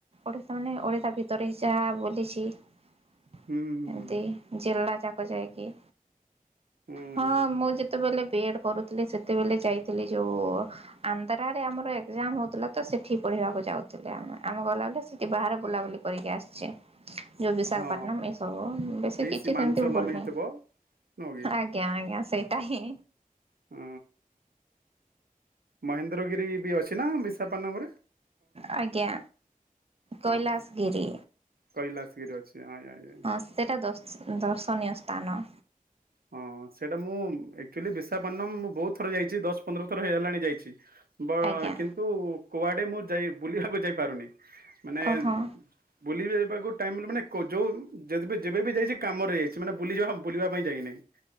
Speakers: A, on the right (about 40°); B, on the right (about 85°).
A: ଓଶା ମାନେ ଓଡ଼ିଶା ଭିତରେ ହି ଯାହା ବୁଲିଚି। ଏମତି
B: ହୁଁ ହୁଁ
A: ଜେଲା ଯା କୁଆ ଯାଏ କି
B: ହୁଁ।
A: ହଁ
B: ହୁଁ
A: ମୁଁ ଯେତୋବେଲେ ବି ଏଡ଼ କରୁଥିଲେ ସେତେବେଲେ ଯାଇଥିଲି ଯୋଉ ଆନ୍ଧ୍ରାରେ ଆମର ଏକ୍ଜାମ ହୋଉଥୁଲା ତ ସେଠି ପଢ଼ିବାକୁ ଯାଉଥୁଲେ ଆ ଆମେ ଗଲାବେଳେ ସେଠି ବାହାରେ ବୁଲାବୁଲି କରିକି ଆସଚି। ଯୋଉ ବିଶାଖାପାଟନମ୍
B: ହଁ
A: ଏଇ ସବୁ ବେଶୀ
B: ଏଇ
A: କିଛି
B: ସୀମାଞ୍ଚଲମ
A: ସେମତି ଉ ବୁଲନେଇ
B: ହେଇଥିବ ନୁହଁ କି
A: ଆ ଆଜ୍ଞା ସେଇଟା ହିଁ।
B: ହଁ ମହେନ୍ଦ୍ରଗିରି ବି ଅଛି ନାଁ ବିଶାପାଟନମରେ?
A: ଆଜ୍ଞା କୈଳାସଗିରି
B: ହଁ କୈଳାସଗିରି ଅଛି ଆଜ୍ଞା ଆଜ୍ଞା
A: ହଁ ସେଟା ଦ ଦର୍ଶନୀୟ ତାନ
B: ହଁ ସେଇଟା ମୁଁ ଏକ୍ଚୁଲି ବିଶାପାଟନମ ମୁଁ ବୋହୁତ ଥର ଯାଇଚି। ଦଶ ପନ୍ଦର ଥର ହେଇଗଲାଣି ଯାଇଚି। ବ
A: ଆଜ୍ଞା
B: କିନ୍ତୁ କୁଆଡ଼େ ମୁଁ ଯାଇ ବୁଲିବାକୁ ଯାଇପାରୁନି। ମାନେ
A: ଓହୋ।
B: ବୁଲିବି ବାକୁ ଟାଇମ୍ ରେ ମାନେ କ ଯୋଉ ଯଦି ବି ଯେବେ ବି ଯାଇଛଳଚି କାମରେ ଯାଇଚି ମାନେ ବୁଲିଯିବା ବୁଲିବା ପାଇଁ ଯାଇନାହିଁ।